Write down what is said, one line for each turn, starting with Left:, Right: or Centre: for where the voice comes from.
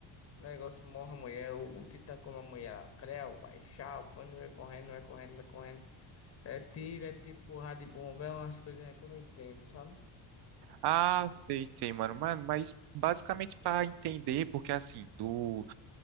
Left: negócio, morre a mulher. O, o titã come a mulher lá. Creu, vai, tchau. Quando vai correndo, vai correndo, vai correndo. É tiro, é tiro, porrada de bomba. É umas coisinhas que eu não entendo, sabe?
Right: Ah, sei, sei, mano. Mas, mas basicamente para entender, porque assim, do